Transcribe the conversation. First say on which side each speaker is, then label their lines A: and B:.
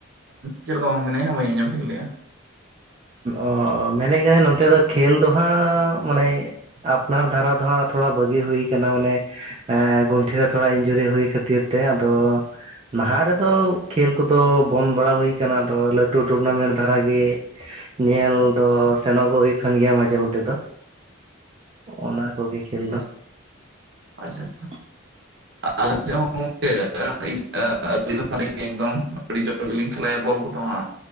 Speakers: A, on the right; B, on the right.
A: ᱪᱮᱫ ᱠᱚᱢ ᱢᱮᱱᱮᱫ ᱟ ᱦᱟᱸᱜ ᱵᱟᱹᱧ ᱟᱸᱡᱚᱢ ᱴᱷᱤᱠ ᱞᱮᱜᱼᱟ?
B: ᱚ ᱢᱮᱱᱮᱫ ᱠᱟᱹᱱᱟᱹᱧ ᱱᱚᱛᱮ ᱫᱚ ᱠᱷᱮᱞ ᱫᱚᱦᱟᱸᱜ ᱢᱟᱱᱮ ᱟᱯᱱᱟᱨ ᱫᱷᱟᱨᱟ ᱫᱚ ᱦᱟᱸᱜ ᱛᱷᱚᱲᱟ ᱵᱟᱹᱜᱤ ᱦᱩᱭ ᱟᱠᱟᱱᱟ ᱚᱱᱮ ᱮᱸ ᱜᱩᱱᱴᱷᱮ ᱨᱮ ᱛᱷᱚᱲᱟ ᱤᱧᱡᱩᱨᱤ ᱦᱩᱭ ᱠᱷᱟᱹᱛᱤᱨ ᱛᱮ ᱟᱫᱚ ᱱᱟᱦᱟᱜ ᱨᱮᱫᱚ ᱠᱷᱮᱹᱞ ᱠᱚᱫᱚ ᱵᱚᱱᱫ ᱵᱟᱲᱟ ᱦᱩᱭ ᱠᱟᱱᱟ ᱟᱫᱚ ᱞᱟᱹᱴᱩ ᱴᱩᱨᱱᱟᱢᱮᱱᱴ ᱫᱷᱟᱨᱟ ᱜᱮ ᱧᱮᱞ ᱫᱚ ᱥᱮᱱᱚᱜᱚᱜ ᱦᱩᱭᱩᱜ ᱠᱟᱱ ᱜᱮᱭᱟ ᱢᱟᱡᱷᱮ ᱢᱚᱫᱽᱫᱷᱮ ᱫᱚ ᱚᱱᱟ ᱠᱚᱜᱮ ᱠᱷᱮᱞ ᱫᱚ
A: ᱟᱪᱷᱟ ᱟᱪᱷᱟ
B: <inaudible>
A: ᱟᱞᱮ ᱥᱮᱫ ᱦᱚᱸ ᱜᱚᱢᱠᱮ <inaudible> <inaudible> ᱮᱠᱫᱚᱢ ᱟᱹᱰᱤ ᱡᱳᱨ ᱜᱮᱞᱤᱧ ᱠᱷᱮᱞᱟᱭᱟ ᱵᱚᱞ ᱠᱚᱫᱚ ᱦᱟᱸᱜ